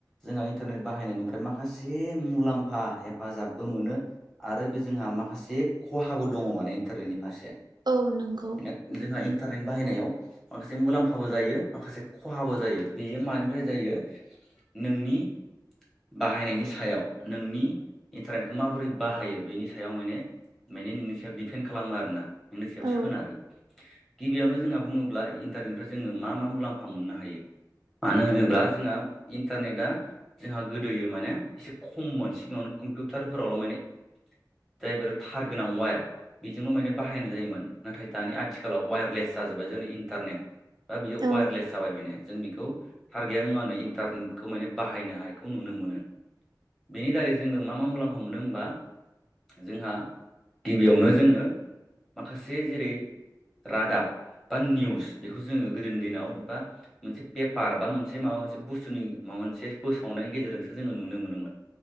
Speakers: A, in the centre; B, on the right.
A: जोंहा इन्टारनेट बाहायनायनिफ्राय माखासे मुलाम्फा हेफाजाब बो मोनो आरो बे जोंहा माखासे खहाबो दङ माने इन्टारनेटनि फारसे जोंहा
B: औ नंगौ
A: इन्टारनेट बाहायनायाव माखासे मुलाम्फाबो जायो माखासे खहाबो जायो बेयो मानिफ्राय जायो नोंनि बाहायनायनि सायाव नोंनि इन्टारनेटखौ माबोरै बाहायो बेनि सायाव माने माने नोंनि सायाव दिफेन खालामो आरो ना। नोंनि सायाव
B: औ
A: सोनारो गिबियावनो जोंहा बुङोब्ला इन्टारनेटनिफ्राय जोङो मा मा मुलाम्फा मोननो हायो। मानो होनोब्ला जोंहा इन्टारनेटआ जोंहा गोदोयो माने एसे खममोन सिगाङाव कम्पिउटारफोरावल' माने जायफोर थार गोनां वायार बेजोंल' माने बाहायनाय जायोमोन नाथाय दानि आथिखालाव वायारलेस जाजोब्बाय जोंनि इन्टारनेट दा बेयो
B: औ
A: वायारलेस जाबाय माने जों बेखौ टारगे मुङानो इन्टारनेटखौ माने बाहायनायखौ नुनो मोनो। बेनि दारै जोङो मा मा मुलाम्फा मोनो होमबा जोंहा गिबियावनो जोङो माखासे जेरै रादाब बा निउस बेखौ जोङो गोदोनि दिनाव बा मोनसे पेपार बा मोनसे माबा मोनसे बुस्थुनि माबा मोनसे फोसावनायनि गेजेरजोंसो जोङो नुनो मोनोमोन।